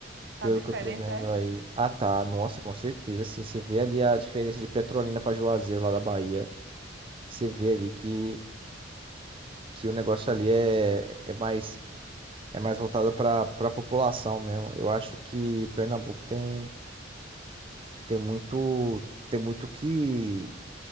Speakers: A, on the right; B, on the right.
A: Tá
B: Pelo
A: diferente,
B: que eu tô vendo
A: é?
B: aí. Ah, tá. Nossa, com certeza. Assim, você vê ali a diferença de Petrolina pra Juazeiro lá da Bahia. você vê ali que, que o negócio ali é, é mais é mais voltado para a população mesmo. Eu acho que Pernambuco tem, tem muito tem muito que